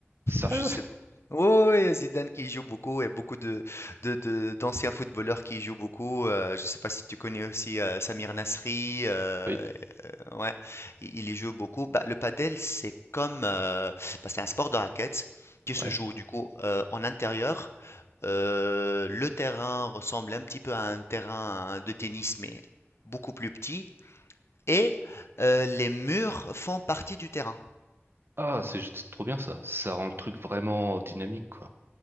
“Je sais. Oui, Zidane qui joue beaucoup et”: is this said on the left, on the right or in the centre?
Left